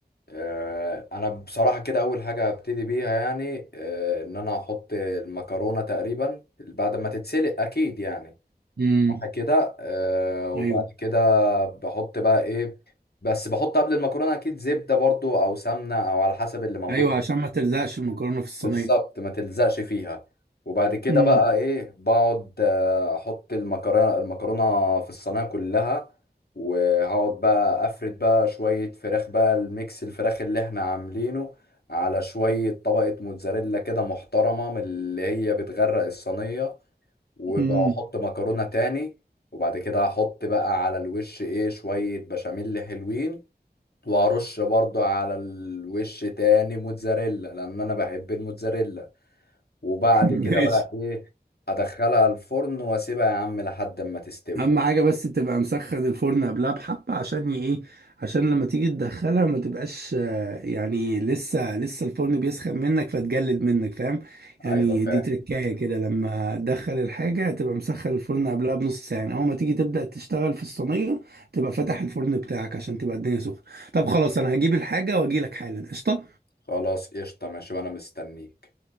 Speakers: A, on the left; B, on the right.
A: آه، انا بصراحه كده اول حاجه هبتدي بيها يعني آه، ان انا هحط المكرونه تقريبا بعد ما تتسلق اكيد يعني
B: امم
A: صح كده آه، وبعد
B: ايوه
A: كده بحط بقى ايه بس بحط قبل المكرونه اكيد زبده برضو او سمنه او على حسب اللي موجود
B: ايوه عشان ما تلزقش المكرونة في الصينية
A: بالظبط ما تلزقش فيها وبعد كده
B: امم
A: بقى ايه بقعد آه، احط المكرونه المكرونه في الصينيه كلها وهقعد بقى افرد بقى شويه فراخ بقى الميكس الفراخ اللي احنا عاملينه على شويه طبقه موتزاريلا كده محترمه من اللي هي بتغرق الصينيه وبقى
B: امم
A: احط مكرونه تاني وبعد كده هحط بقى على الوش ايه شويه بشاميل حلوين وهرش برضو على الوش تاني موتزاريلا لان انا بحب الموتزاريلا وبعد
B: <laughs> ماشي
A: كده بقى ايه ادخلها الفرن واسيبها يا عم لحد ما تستوي
B: اهم حاجه بس تبقى مسخن الفرن قبلها بحبه عشان ي- ايه عشان لما تيجي تدخلها ما تبقاش آه، يعني لسه لسه الفرن بيسخن منك فتجلد منك فاهم يعني
A: ايوه فاهم
B: دي تركايه كده لما تدخل الحاجه تبقى مسخن الفرن قبلها بنص ساعه يعني اول ما تيجي تبدا تشتغل في الصينيه تبقى فاتح الفرن بتاعك عشان تبقى الدنيا سخنه طب خلاص انا هجيب الحاجه واجي لك حالا قشطه
A: خلاص قشطة ماشي وانا مستنيك